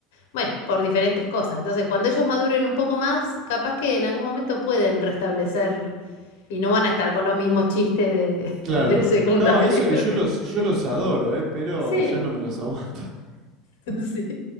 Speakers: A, on the left; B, on the right.
A: bueno, por diferentes cosas. Entonces, cuando ellos maduren un poco más, capaz que en algún momento pueden restablecer y no van a estar con los mismos chistes de, <laughs>
B: Claro.
A: del secundario.
B: No, eso que yo los,
A: <laughs>
B: yo los adoro, eh, pero
A: Sí,
B: ya no me los aguanto. <laughs>
A: <laughs> Sí.